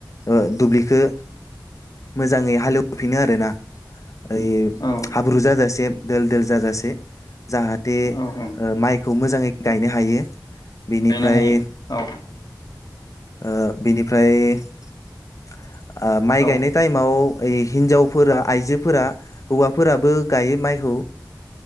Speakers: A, on the left (about 45°); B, on the left (about 60°).
A: ओ दुब्लिखौ मोजाङै हालेवफिनो आरो ना ओइ
B: औ
A: हाब्रु जाजासे दोल दोल जाजासे जाहाथे ओ
B: औ औ
A: माइ खौ मोजाङै गायनो हायो बेनिफ्राय
B: गायनो हायो औ
A: ओ बेनिफ्राय ओ माइ
B: औ
A: गायनाय टाइमाव ओइ हिनजावफोरा आइजोफोरा हौवाफोराबो गायो माइखौ